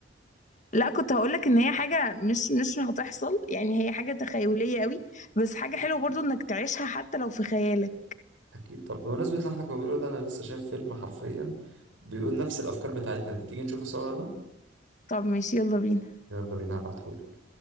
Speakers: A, on the left; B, on the right.
A: لا كنت هقولك ان هي حاجة مش مش هتحصل يعني هي حاجة تخيلية قوي بس حاجة حلوة برضو انك تعيشها حتى لو في خيالك
B: أكيد طب بمناسبة اللي إحنا كنا بنقوله ده أنا لسه شايف فيلم حرفيا بيقول نفس الأفكار بتاعتنا دي تيجي نشوفه سوا يلا
A: طب ماشي يلا بينا
B: يلا بينا هبعتهولك